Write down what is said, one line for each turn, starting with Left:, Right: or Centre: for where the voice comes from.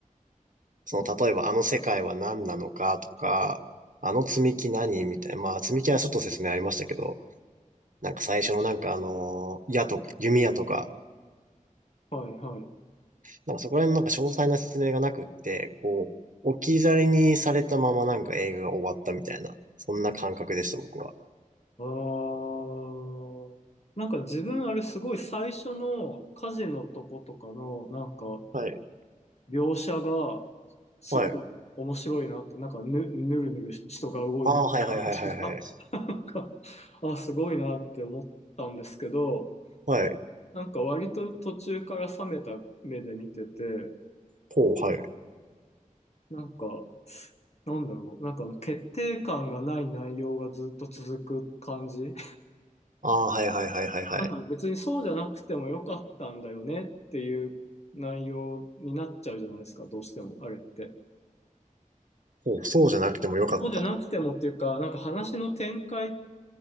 Right: その、
Left: あ、
Right: 例えばあの世界は何なのかとか、あの積み木何みたいな。まあ、積み木はちょっと説明ありましたけど、なんか最初のなんかあの、矢とか、弓矢とか、
Left: はい、はい。
Right: なんかそこら辺のなんか詳細な説明がなくって、こう、置き去りにされたままなんか映画が終わったみたいな、そんな感覚でした、僕は。
Left: あー。なんか自分あれすごい最初の火事のとことかのなんか
Right: はい
Left: 描写がすごい面白いなって、
Right: はい。
Left: なんかぬ、ぬるぬるし人が動いてる感じが、
Right: ああ、はいはいはいはいはい。
Left: <laughs> なんか、あ、すごいなって思ったんですけど、
Right: はい。
Left: なんか割と途中から冷めた目で見てて、
Right: ほう、はい。
Left: なんか、なんだろう、なんかあの決定感がない内容がずっと続く感じ。
Right: ああ、はいはいはいはいはい。
Left: なんか別にそうじゃなくてもよかったんだよねっていう内容になっちゃうじゃないですか、どうしても、あれって。
Right: ほう、そうじゃなくてもよかった。
Left: そうじゃなくてもっていうか、なんか話の展開っ